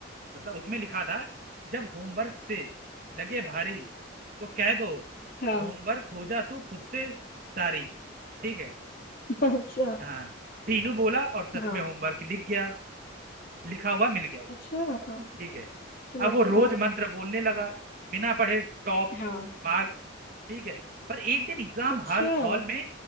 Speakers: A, on the right; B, on the left.
A: मतलब उसमें लिखा था जब होमवर्क से लगे भारी तो कह दो
B: हाँ
A: होमवर्क हो जा तू खुद से सारी ठीक है
B: अच्छा
A: हाँ टीनू बोला और सच
B: हाँ
A: में होमवर्क लिख गया लिखा हुआ मिल गया
B: अच्छा हाँ
A: ठीक है
B: चमत्कार
A: अब वो रोज मंत्र बोलने लगा बिना पढ़े टॉप
B: हाँ
A: मार्क्स ठीक है पर एक दिन एग्जाम
B: अच्छा
A: हॉल हॉल में